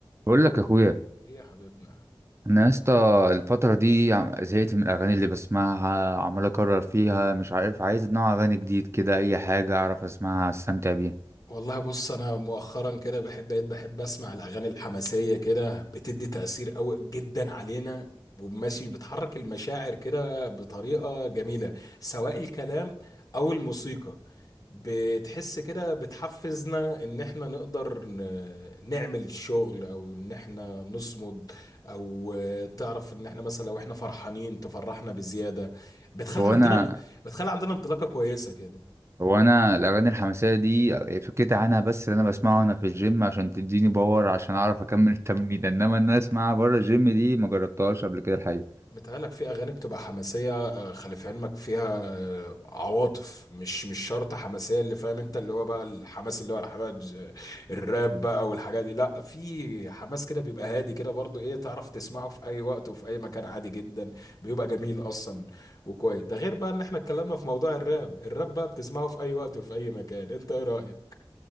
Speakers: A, on the right (about 30°); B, on the left (about 40°).
A: بقول لك يا اخويا
B: ايه يا حبيبنا
A: انا يا اسطى الفتره دي عم- زهقت من الاغاني اللي بسمعها عمال اكرر فيها مش عارف عايز نوع اغاني جديد كده اي حاجه اعرف اسمعها استمتع بيها
B: والله بص انا مؤخرا كده بحب بقيت بحب اسمع الاغاني الحماسيه كده بتدي تاثير قوي جدا علينا وماشي بتحرك المشاعر كده بطريقه جميله سواء الكلام او الموسيقى بتحس كده بتحفزنا ان احنا نقدر ن- نعمل شغل او ان احنا نصمد او آه، تعرف ان احنا مثلا لو احنا فرحانين تفرحنا بزياده بتخلي
A: هو
B: عندنا
A: انا
B: بتخلي عندنا انطلاقه كويسه كده
A: هو انا الاغاني الحماسيه دي فكيت عنها بس اللي انا بسمعه انا في الجيم عشان تديني باور عشان اعرف اكمل التمرين انما ان انا اسمعها بره الجيم دي ما جربتهاش قبل كده الحقيقه
B: متهيألك في أغاني بتبقى حماسية آه، خلي في علمك فيها آه، عواطف مش مش شرط حماسية اللي فاهم أنت اللي هو بقى الحماس اللي هو الحماس آه، الراب بقى والحاجات دي لأ في حماس كده بيبقى هادي كده برضو إيه تعرف تسمعه في أي وقت وفي أي مكان عادي جدا بيبقى جميل أصلا وكويس ده غير بقى إن إحنا اتكلمنا في موضوع الراب الراب بقى بتسمعه في أي وقت وفي أي مكان أنت إيه رأيك؟